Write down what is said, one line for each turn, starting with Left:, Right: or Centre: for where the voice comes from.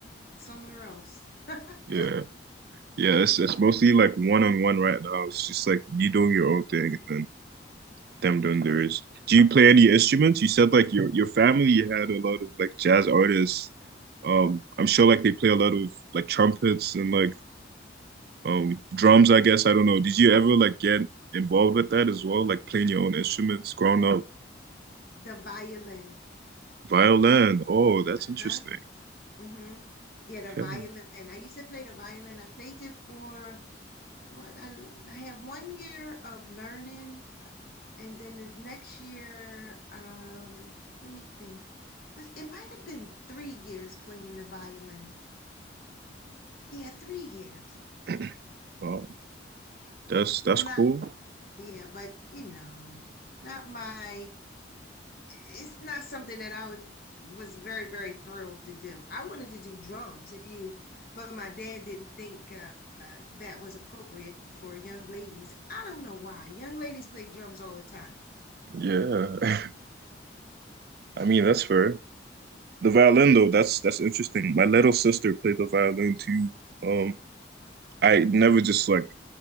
Left: somewhere else. <laughs> the,
Right: Yeah. Yeah, it's it's mostly like one on one right now. It's just like you doing your own thing and then them doing theirs. Do you play any instruments? You said like your your family had a lot of like jazz artists. Um, I'm sure like they play a lot of like trumpets and like um drums, I guess. I don't know. Did you ever like get involved with that as well? Like playing your own instruments growing up?
Left: the violin.
Right: Violin. Oh, that's
Left: Uh-huh.
Right: interesting.
Left: Mm-hmm. Yeah, the
Right: Okay.
Left: violin. I used to play the violin. I played it for what I, I had one year of learning and then the next year, um, let me think. Was it might have been three years playing the violin. Yeah, three years.
Right: <clears throat> Wow. That's that's
Left: Not
Right: cool.
Left: yeah, but you know, not my it's not something that I would was very, very thrilled to do. I wanted to do drums if you but my dad didn't think uh, uh, that was appropriate for young ladies. I don't know why. Young ladies play drums all the time.
Right: Yeah. <laughs> I mean, that's fair. The violin though, that's that's interesting. My little sister played the violin too. Um, I never just like